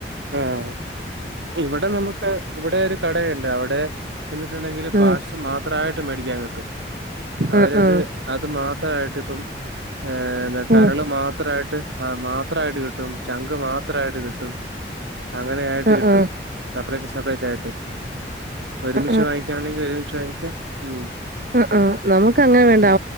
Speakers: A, on the right; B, on the right.
A: ആഹ് ഇവിടെ നമുക്ക് ഇവിടെ ഒരു കടയുണ്ട് അവിടെ ചെന്നിട്ടുണ്ടെങ്കില് പാട്സ്
B: ആഹ്
A: മാത്രമായിട്ട് മേടിക്കാൻ കിട്ടും. അവരത്
B: ആഹ് ആഹ്
A: അത് മാത്രമായിട്ട് ഇപ്പം ഏ കരള്
B: ഉം
A: മാത്രയിട്ട് മാത്രയിട്ട് കിട്ടും ചങ്ക് മാത്രയിട്ട് കിട്ടും. അങ്ങനെ ആയിട്ട്
B: ആഹ്
A: കിട്ടും.
B: ആഹ്
A: സെപ്പറേറ്റ് സെപ്പറേറ്റ് ആയിട്ട്.
B: ആഹ്
A: ഒരുമിച്ച് വാങ്ങിക്കാണെങ്കി ഒരുമിച്ച് വാങ്ങിക്കാം. ഉം
B: ആ ആഹ് നമുക്ക് അങ്ങനെ വേണ്ട